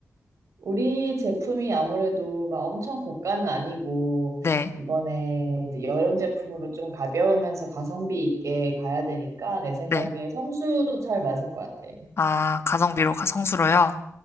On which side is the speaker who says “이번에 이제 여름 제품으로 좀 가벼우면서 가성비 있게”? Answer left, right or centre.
Right